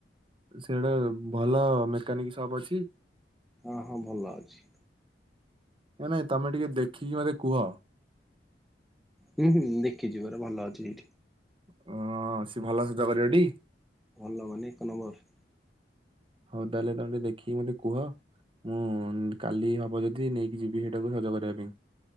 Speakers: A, on the right; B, in the centre.
A: ସେଟେ ଭଲ ମେକାନିକ ସପ୍ ଅଛି।
B: ହଁ ହଁ ଭଲ ଅଛି।
A: ନଁ ନାଇଁ ତମେ ଟିକେ ଦେଖିକି ମତେ କୁହ।
B: ହୁଁ ହୁଁ ଦେଖିଚି ପରା ଭଲ ଅଛି।
A: ହ ସେ ଭଲ ସଜ କ <unintelligible>
B: ଭଲ ମାନେ ଏକ ନମ୍ବର।
A: ହଉ ତାହେଲେ ତମେ ଟିକେ ଦେଖିକି ମତେ କୁହ। ମୁଁ କାଲି ହବ ଯଦି ନେଇକି ଯିବି ସେଇଟାକୁ ସଜ କରିବା ପାଇଁ।